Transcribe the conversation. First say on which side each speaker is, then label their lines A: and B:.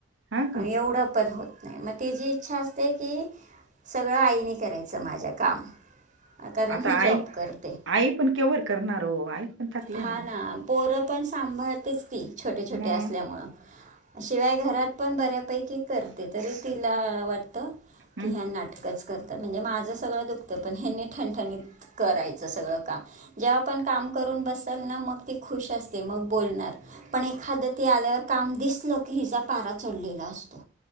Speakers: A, on the right; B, on the right.
A: हा
B: आणि
A: का
B: एवढा पण होत नाय मग तिजी इच्छा असते की सगळं आईनी करायचं माझ्या काम कारण
A: आता
B: ही जॉब
A: आई
B: करते
A: आई पण केव्हर करणार ओ आई पण थकल्या
B: हा
A: ना आता
B: पोरं पण सांभाळतेच ती छोटे छोटे
A: मग
B: असल्यामुळ शिवाय घरात पण बऱ्यापैकी करते तरी तिला त
A: हम्म,
B: की ह्या नाटक कच करतात म्हणजे माझं सगळं दुखत पण ह्यांनी ठणठणीत करायचं सगळं कामं जेव्हा पण काम करून बसल ना मग ती खुश असते मग बोलणार पण एखाद ती आल्यावर काम दिसलं की हिचा पारा चढलेला असतो.